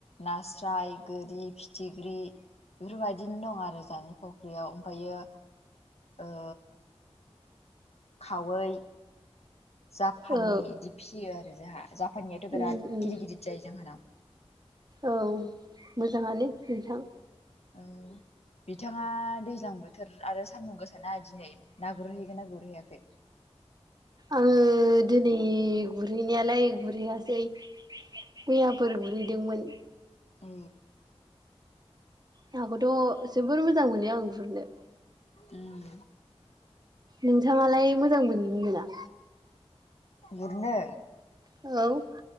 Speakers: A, on the left (about 75°); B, on the right (about 40°).
A: नास्राय गोरि फिथिख्रि बेफोरबायदिनो दं आरो जानि फुख्रियाव ओमफ्रायो ओ खावै जापानि
B: औ
A: इदि फियो आरो जोंहा जापानियाथ' बिराद
B: उम
A: गिदिर
B: उम
A: गिदिर जायो जोंहानाव
B: औ मोजाङानो नोंथां
A: औ बिथाङा दैज्लां बोथोर आरो सान्दुं गोसोना दिनै ना गुरहैगोन ना गुरहैयाखै
B: आङो दिनै गुरहैनायालाय गुरहैयासै मैयाफोर गुरहैदोंमोन
A: औ
B: नाखौथ' जोबोर मोजां मोनो आं गुरनो
A: उम
B: नोंथाङालाय मोजां मोनोना मोना
A: गुरनो
B: औ